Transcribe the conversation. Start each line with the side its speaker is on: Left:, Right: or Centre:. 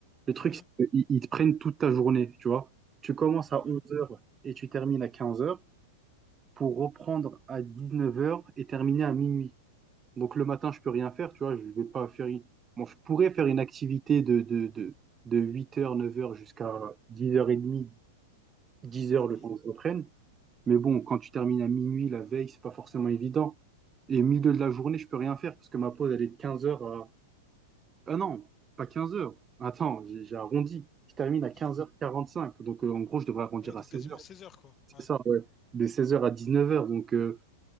Right: Le truc,
Left: Ouais,
Right: c'est qu'ils ils te prennent toute ta journée, tu vois. Tu commences
Left: ah
Right: à
Left: ouais.
Right: 11 heures et tu termines à 15 heures pour reprendre à 19 heures et terminer à minuit. Donc le matin, je peux rien faire, tu vois, je vais pas faire... une- Bon, je pourrais faire une activité de, de, de, de huit heures neuf heures jusqu'à 10h30, dix
Left: Mhm.
Right: heures le temps que je reprenne. Mais bon, quand tu termines à minuit la veille, c'est pas forcément évident. Et milieu de la journée, je peux rien faire parce que ma pause, elle est de quinze heures à... Ah non, pas quinze heures Attends, j'ai j'ai arrondi. Je termine à quinze
Left: <laughs>
Right: heures quarante cinq Donc euh, en gros, je devrais arrondir
Left: Ah Ouais, donc
Right: à seize
Left: quasiment
Right: heures
Left: 16 heures, quoi.
Right: C'est
Left: Ouais,
Right: ça, ouais. De 16h à neuf heures Donc... euh,